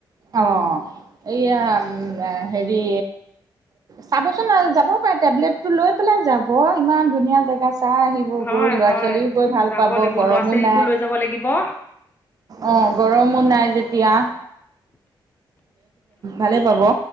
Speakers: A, on the right (about 45°); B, on the left (about 25°).
A: অ এয়া হেৰি, চাবচোন আৰু যাব পাৰে টেবলেট টো লৈ পেলাই যাব ইমান ধুনীয়া জেগা চাই আহিব।
B: হয়
A: গৈ ল'ৰা
B: হয়
A: ছোৱালীও গৈ ভাল
B: যাব
A: পাব।
B: লাগিব ল'ৰা
A: গৰমো
B: ছোৱালীকো
A: নাই
B: লৈ যাব লাগিব।
A: অ গৰমো নাই যেতিয়া ভালে পাব।